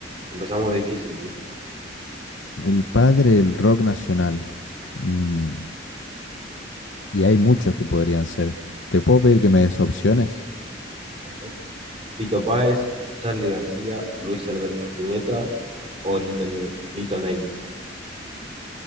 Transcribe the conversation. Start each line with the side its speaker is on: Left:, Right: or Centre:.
Right: Empezamos difícil. ¿eh?
Left: El padre del rock nacional. Mm, y hay muchos que podrían ser. ¿Te puedo pedir que me des opciones?
Right: Bueno, Pito Páez, Charly García, Luis Alberto Spinetta o Lito, Nie- Lito Nevia.